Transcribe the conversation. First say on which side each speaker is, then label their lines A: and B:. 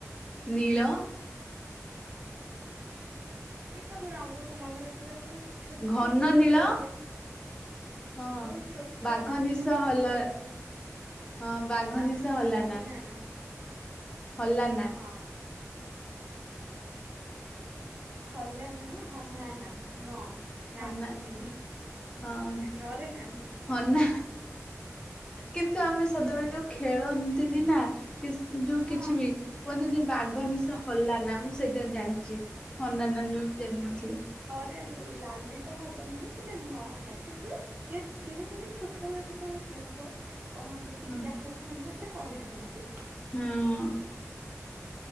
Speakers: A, on the left (about 15°); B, on the right (about 30°).
A: ନୀଳ ଆରେ
B: ଏଇ ସବୁ ରଙ୍ଗକୁ ମନେ ରଖିବାର ଗୋଟେ ଛୋଟ
A: ଘନ
B: ସୂତ୍ରଟି
A: ନୀଳ ହଁ
B: ବହୁ ଛୋଟ
A: ବାଘ
B: ସହଜ
A: ନିଶ
B: ସୂତ୍ରଟେ
A: ହଲ
B: ଅଛି।
A: ହଁ
B: ବାଘ
A: ନିଶ ହଲାନା
B: ନୀସ ହନାନା।
A: ହଲାନା।
B: ହଁ ହଲାନା ନୁହଁ ହନାନା ନ। ନାଲି
A: ହନା ହଁ
B: ନରେ ନା
A: ହନା କିନ୍ତୁ ଆମେ ସଦାବେଳେ ଯୋଉ ଖେଳନ୍ତିନି ନା କିସ୍ ଯୋଉ
B: ହଁ।
A: କିଛି ବି କୁହନ୍ତିନି ବାଘ ନୀସ ହଲାନା ମୁଁ ସେଇଟା ଜାଣିଚି, ହନାନା ନୁହଁ ବୋଲି ଜାଣିନଥିଲି।
B: ରେ ଲାଲି ତ ହବନି ନା ସେଟା ନଟା କିନ୍ତୁ ଯେହେତୁ ଯେହେତୁ ଆମେ ଛୋଟବେଳେ ସେତବେଳୁ କହନ୍ତି କି
A: ହୁଁ।
B: ଯାହାବି ମନକୁ ଆସେ କହିଦିଅନ୍ତି।
A: ହଁ